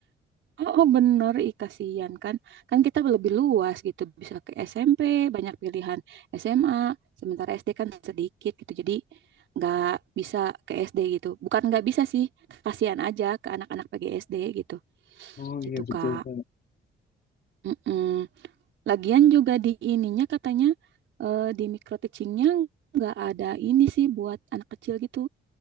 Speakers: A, on the right; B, on the left.
A: Oh, oh, bener, ih kasihan kan. Kan kita lebih luas gitu, bisa ke SMP, banyak pilihan SMA, sementara SD kan sedikit gitu. Jadi nggak bisa ke SD gitu. Bukan nggak bisa sih, kasihan aja ke anak-anak PGSD gitu.
B: Oh
A: Gitu,
B: iya betul
A: Kak.
B: Kak.
A: Mm-mm. Lagian juga di ininya katanya eh, di micro teachingnya nggak ada ini sih buat anak kecil gitu.